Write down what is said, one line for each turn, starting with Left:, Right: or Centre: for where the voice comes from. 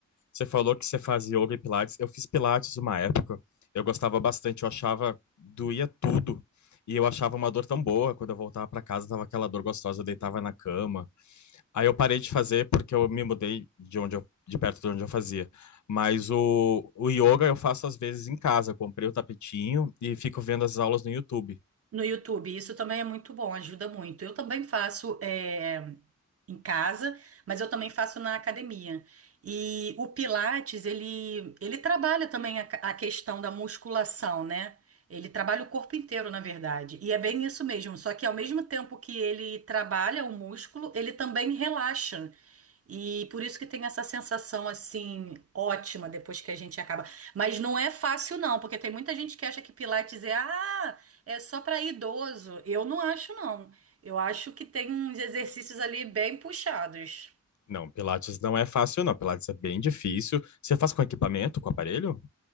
Left: Você falou que você faz yoga e pilates. Eu fiz pilates uma época. Eu gostava bastante. Eu achava, doía tudo. E eu achava uma dor tão boa. Quando eu voltava para casa, tava aquela dor gostosa. Eu deitava na cama. Aí eu parei de fazer porque eu me mudei de onde eu, de perto de onde eu fazia. Mas o, o yoga eu faço às vezes em casa. Comprei o tapetinho e fico vendo as aulas no YouTube.
Right: No YouTube, isso também é muito bom, ajuda muito. Eu também faço eh, em casa, mas eu também faço na academia. E o Pilates, ele, ele trabalha também a, ca- a questão da musculação, né? Ele trabalha o corpo inteiro, na verdade. E é bem isso mesmo, só que ao mesmo tempo que ele trabalha o músculo, ele também relaxa. E por isso que tem essa sensação assim ótima depois que a gente acaba. Mas não é fácil não, porque tem muita gente que acha que Pilates é ah, é só para idoso, eu não acho não. Eu acho que tem uns exercícios ali bem puxados.
Left: Não, Pilates não é fácil, não. Pilates é bem difícil. Você faz com equipamento, com aparelho?